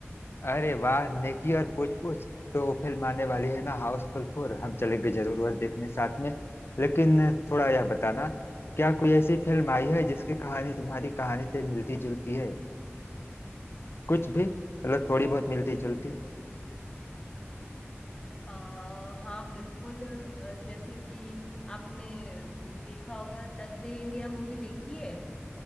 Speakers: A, on the left; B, on the left.
A: अरे वाह नेकी और पूछ पूछ तो वो फिल्म आने वाली है ना हाउसफुल फोर हम चलेंगे जरूर वह देखने साथ में लेकिन थोड़ा यह बताना क्या कोई ऐसी फिल्म आई है जिसकी कहानी तुम्हारी कहानी से मिलती जुलती है कुछ भी मतलब थोड़ी बहुत मिलती जुलती
B: आ, हाँ बिल्कुल अ, जैसे कि आपने देखा होगा चक दे इंडिया मूवी देखी है